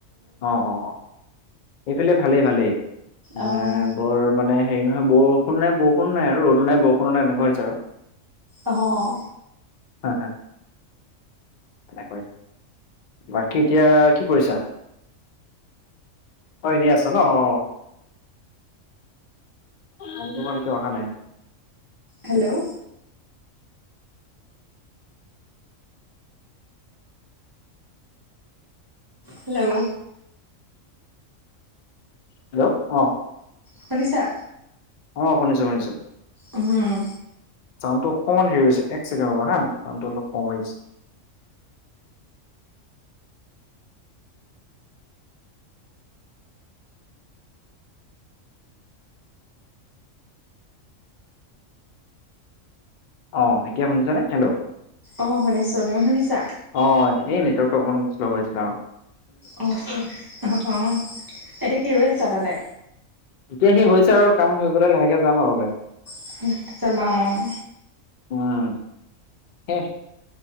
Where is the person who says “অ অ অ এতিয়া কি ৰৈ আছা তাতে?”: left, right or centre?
Right